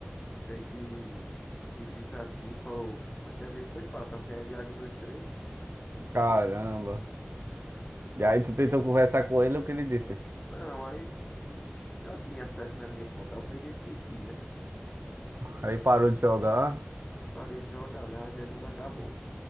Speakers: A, on the left; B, on the right.
A: meio que, que disse assim, falou, mas também foi fácil. Assim, é Iago 1, 2 três
B: Caramba. E aí tu tentou conversar com ele, o que ele disse?
A: Não, aí e já tinha acesso na minha conta. Aí Eu peguei e desisti, né?
B: Aí parou de jogar.
A: Aí parei de jogar, né? Aí meu mundo acabou.